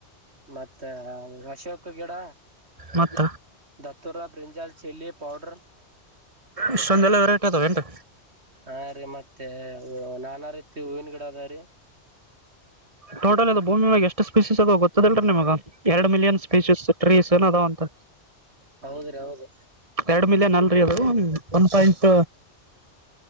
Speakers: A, on the right; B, on the right.
A: ಮತ್ತೆ ಅಶೋಕ್ ಗಿಡ
B: ಮತ್ತ
A: ದತ್ತೂರ ಬ್ರಂಜಾಲ್ ಚಿಲ್ಲಿ ಪೌಡರ್
B: ಇಷ್ಟೊಂದೆಲ್ಲ ವೆರೈಟಿ ಅದಾವ ಏನ್ರಿ
A: ಹಾ ರೀ ಮತ್ ತ್ತೇ ನಾನ ರೀ ಹೂವಿನ ಗಿಡ ಅದಾವ್ರೀ
B: ಟೋಟಲ್ ಅದು ಭೂಮಿ ಮಾಗ ಎಷ್ಟು ಸ್ಪೀಸೀಸ್ ಅದ ಗೊತ್ತದಲ್ರೀ ನಿಮಗ ಎರಡ್ ಮಿಲಿಯನ್ ಸ್ಪೀಸೀಸ್ ಟ್ರೀಸ್ ಏನ ಅದಾವ ಅಂತ
A: ಹೌದ್ರೀ ಹೌದು
B: ಎರಡ್ ಮಿಲಿಯನ್ ಅಲ್ರಿ ಅದು one point